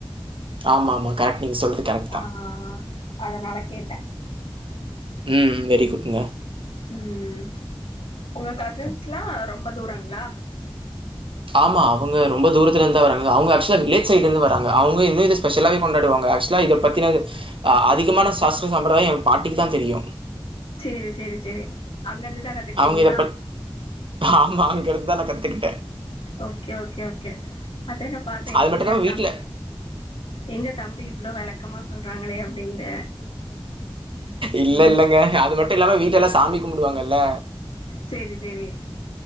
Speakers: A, on the right; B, on the left.
A: ஆமாமா கரெக்ட் நீங் சொல்றது கரெக்ட்
B: ஆ
A: தான்.
B: ஆ அதனால கேட்டே
A: ம் ம் வெரி குட்ங்க
B: ம் ம் உங்க கசின்ஸ்ல்லா ரொம்பே தூரங்ளா
A: ஆமா அவங்க ரொம்பே துரத்துலருந்துதா வராங்க அவுங்க அக்சுவலா வில்லேஜ் சைட்லேருந்து வராங்க அவுங்க வில்லேஜஸ் ஸ்பெஷலாவே கொண்டாடுவாங்கே ஆக்சு வலா இதே பத்தின அ அதிகமான சாஸ்திர சம்பிரதாயோ எங்க பாட்டிக்கிதா தெரியு
B: செரி செரி செரி அங்கேருந்துதா கத்துக்கிட்டீங்களா
A: அவங்க இத பத் ஆமா அங்கேருந்துதா நா கத்துக்கிட்டே
B: ஓகே ஓகே ஓகே அதன்ன பாத்தே
A: அது
B: எங்க
A: மட்டும் இல்லாம
B: தம்
A: வீட்ல
B: எங்க தம்பி இவ்ளோ வெளக் கமா சொல்றாங்களே அப்படின்ட்டு
A: இல்லல்லங்க
B: ம்
A: அது மட்டு இல்லாம வீட்ல எல்லா சாமி கும்புடுவாங்கல்ல
B: சேரி சேரி